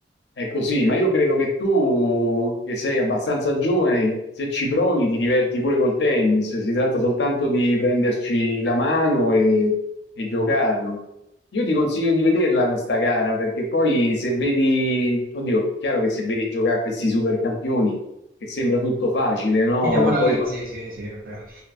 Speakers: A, on the left; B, on the right.
A: è così, ma io credo che tu, che sei abbastanza giovane, se ci provi ti diverti pure col tennis, si tratta soltanto di prenderci la mano e, e giocarlo. Io ti consiglio di vederla questa gara, perché poi se vedi, oddio, chiaro che se vedi giocare questi supercampioni, che sembra tutto facile, no?
B: Ti demoralizzi,
A: Poi
B: sì, sì. è vero.